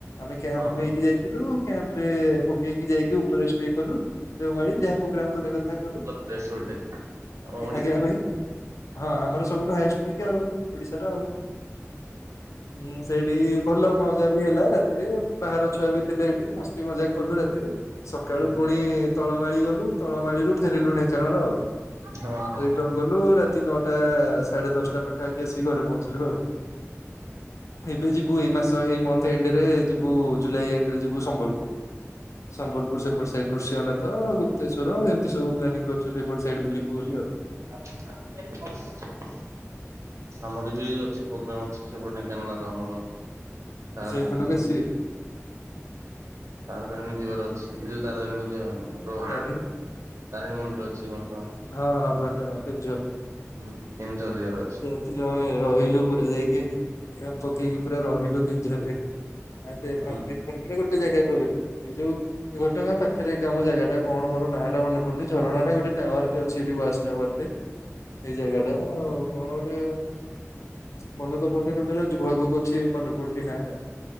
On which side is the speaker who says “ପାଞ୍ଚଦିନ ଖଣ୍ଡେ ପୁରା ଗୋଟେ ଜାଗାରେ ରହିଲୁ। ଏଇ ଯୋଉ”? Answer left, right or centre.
Left